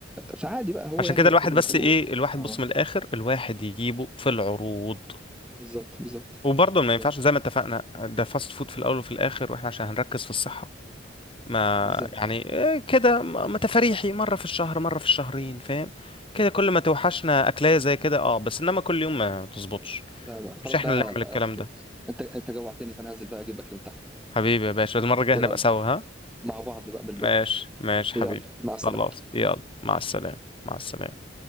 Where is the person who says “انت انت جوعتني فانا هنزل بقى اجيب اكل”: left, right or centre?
Centre